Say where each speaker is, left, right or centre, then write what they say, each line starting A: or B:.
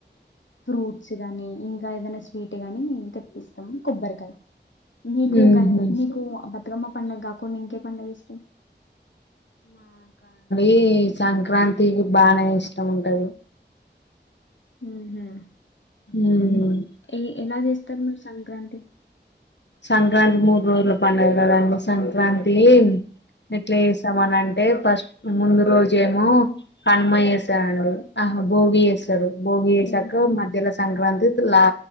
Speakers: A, on the left; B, on the left.
A: ఫ్రూట్స్ గానీ ఇంకా ఏదైనా స్వీట్ గాని తెప్పిస్తాం కొబ్బరికాయ మీకుగానీ
B: ఉహు
A: మీకు బతుకమ్మ పండుగ కాకుండా ఇంకే పండుగ ఇష్టం
B: ఈ సంక్రాంతికి బానే ఇష్టం ఉంటది
A: ఉహూ
B: ఉమ్
A: ఏ ఎలా చేస్ ఉత్తర్ మీ సంక్రాంతి
B: సంక్రాంతి మూడు రోజుల పండగ కదండి సంక్రాంతి ఎట్లా చేస్తామని అంటే ఫస్ట్ ముందు రోజు ఏమో కనుమ వేశాండు ఆహా భోగి వేసారు బోగి వేశాక
A: మ్మ్
B: మధ్యలా సంక్రాంతి తలా